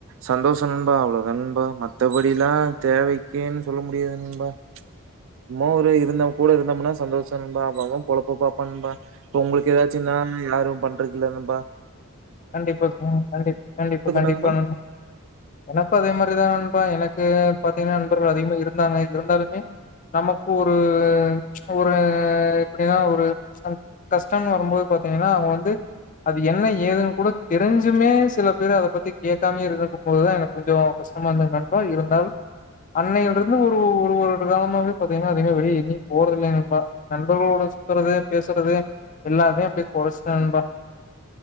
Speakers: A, on the right (about 60°); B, on the left (about 35°).
A: சந்தோஷம்நன்பா அவ்வளோணபா மத்தபடி எல்லாம் தேவைக்குன்னு சொல்ல முடியாதுநன்பா சும ஒரு இருந்தம் கூட இருந்தம்னா சந்தோஷம்பா பொழப்ப பாப்பான்பா இப்ப உங்களுக்கு ஏதாச்சும்னா யாரும் ப இருக்கல நன்பா
B: கண்டிப்பா கண்டி கண்டிப்பா கண்டிப்பானப்பா
A: நண்பா
B: எனக்கு அதே மாரிதான்பா ப்ப எனக்கு பா்த்தீங்கன்னா நண்பர்கள் அதிகமா இருந்தாங்க இருந்தாலுமே நமக்கு ஒரு ஒரு எப்படின்னா ஒரு கஷ்டம்னு வரும்போது பாார்த்தீங்கன்னா அவங்க வந்து அது என்ன ஏதுன்னு கு கூட தெரிஞ்சுமே சில பேர் அதை பத்தி கேட்காமே இருந்தக்கும் போதுதான் எனக்கு கொஞ்சம் கஷ்டமா இருந்தங்க நண்பா இருந்தும் அன்னையில இருந்து ஒரு ஒரு காலமாவே பாார்த்தீங்கன்னா அதகம வெளியே இ நீ போறத இல்லை நண்பா நண்பர்களோட சுத்துறது பேசுறது எல்லாத்தையும் அப்படிய குறைச்சிடேண்பா